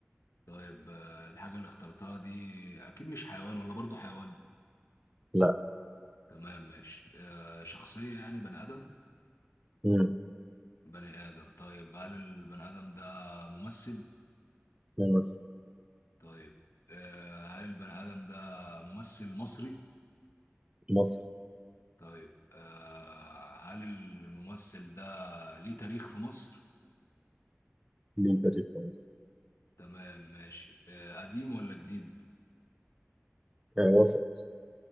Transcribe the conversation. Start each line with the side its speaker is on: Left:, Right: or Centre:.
Left: طيب آه، الحاجه اللي اخترتها دي اكيد مش حيوان ولا برضو حيوان
Right: لا
Left: تمام ماشي آه شخصيه يعني بني ادم
Right: مم.
Left: بني ادم طيب هل البني ادم ده ممثل
Right: مصر
Left: طيب آه هل البني ادم ده ممثل مصري
Right: مصر
Left: طيب آه هل الممثل ده ليه تاريخ في مصر؟
Right: ليه تاريخ في مصر
Left: تمام ماشي آه قديم ولا جديد؟
Right: آه، وسط